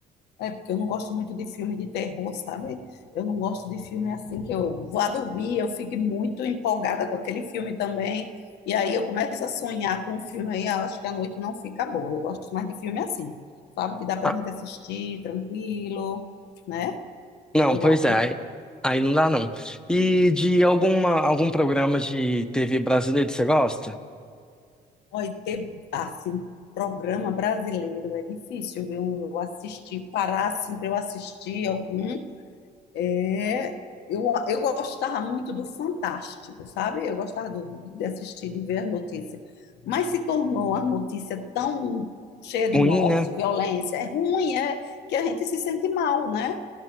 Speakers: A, on the left (about 80°); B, in the centre.
A: É, porque eu não gosto muito de filme de terror, sabe? Eu não gosto de filme assim que eu vá dormir, eu fico muito empolgada com aquele filme também. E aí eu começo a sonhar com o filme aí, eu acho que a noite não fica boa. Eu gosto mais de filme assim, sabe? Que dá pra
B: Ah,
A: gente assistir tranquilo, né?
B: não,
A: Eu,
B: pois
A: a- eu,
B: é, aí aí não dá não. E de alguma, algum programa de TV brasileiro que você gosta?
A: olha, ter, assim, programa brasileiro é difícil, viu? Eu assistir, parar assim pra eu assistir algum. É, eu, eu gostava muito do Fantástico, sabe? Eu gostava do- do- de assistir, de ver a notícia. Mas se tornou a notícia tão cheia de
B: Ruim,
A: morte,
B: né?
A: violência, é ruim, é que a gente se sente mal, né?